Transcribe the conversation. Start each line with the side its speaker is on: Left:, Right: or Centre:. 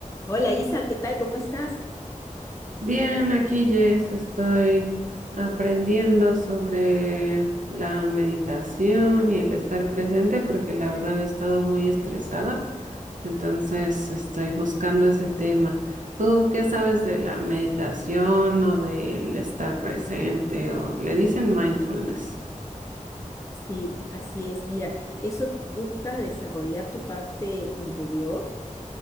Left: Hola Isa, ¿qué tal? ¿Cómo estás?
Right: Bien, aquí Jess, estoy aprendiendo sobre la meditación y el estar presente porque la verdad he estado muy estresada, entonces estoy buscando ese tema. ¿Tú qué sabes de la meditación o del estar presente o le dicen mindfulness?
Left: Sí, así es. Mira, eso busca desarrollar tu parte interior,